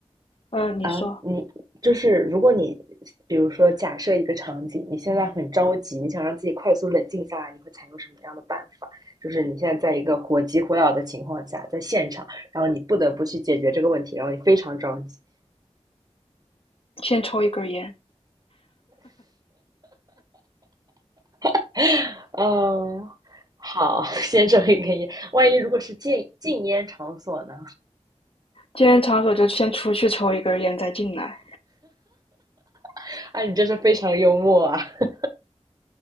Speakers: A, on the left; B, on the right.
A: 嗯，你说，
B: 啊，你就是如果你，比如说假设一个场景，你现在很着急，你想让自己快速冷静下来，你会采用什么样的办法？就是你现在在一个火急火燎的情况下，在现场，然后你不得不去解决这个问题，然后你非常着急。
A: 先抽一根儿烟，
B: <laughs> 嗯，好，<laughs> 先生一根烟。万一如果是禁禁烟场所呢？
A: 今天场所就先出去抽一根儿烟，再进来。
B: <laughs> 啊，你真是非常幽默啊！<laughs>